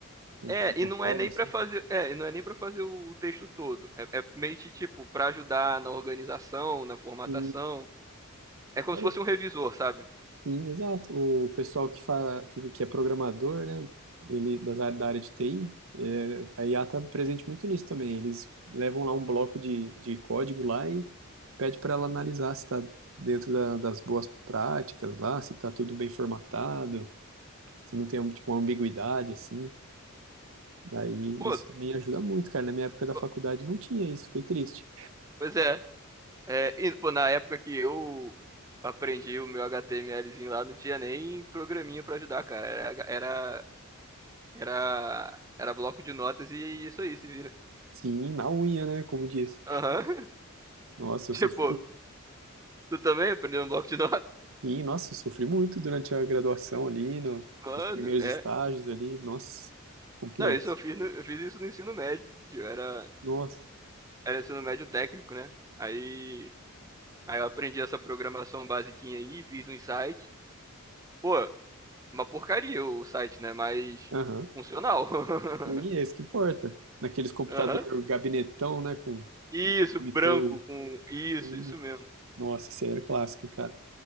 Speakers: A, on the right; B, on the right.
A: um
B: É,
A: protocolo,
B: e não é nem
A: assim.
B: para fazer, é, e não é nem para fazer o texto todo. É, é meio que tipo para ajudar na organização, na formatação.
A: E
B: É como
A: é
B: se fosse um revisor, sabe?
A: Sim, exato. O pessoal que fala, que, que é programador, né, ele das áreas da área de TI, é, a IA está presente muito nisso também. Eles levam lá um bloco de, de código lá e pede para ela analisar se está dentro da- das boas práticas lá, se está tudo bem formatado, se não tem tipo, uma ambiguidade assim. Daí
B: Pô,
A: isso também ajuda muito, cara. Na minha época da
B: po-
A: faculdade não tinha isso, fiquei triste.
B: pois é. É, e, pô, na época que eu aprendi o meu HTMLzinho lá, não tinha nem programinha pra ajudar, cara. Era, era, era, era bloco de notas e isso aí, se vira.
A: Sim, na unha, né, como diz.
B: Aham.
A: Nossa, eu
B: <laughs>
A: sofri
B: Tipo, tu também aprendeu um bloco de notas?
A: Sim, nossa, eu sofri muito durante a graduação ali, no-
B: <laughs> Mano,
A: nos primeiros
B: é.
A: estágios ali, nossa, complexo.
B: Não, isso eu fiz, no- eu fiz isso no ensino médio. Era,
A: Nossa,
B: era ensino médio técnico, né? Aí, aí eu aprendi essa programação basiquinha aí, fiz um site. Pô, uma porcaria o site, né? Mas
A: aham.
B: funcional. <laughs>
A: Sim, é isso que importa. Naqueles computador
B: Aham.
A: gabinetão, né, com
B: Isso,
A: monitor.
B: branco com isso,
A: assim.
B: isso mesmo.
A: Nossa, isso aí era clássico, hein, cara.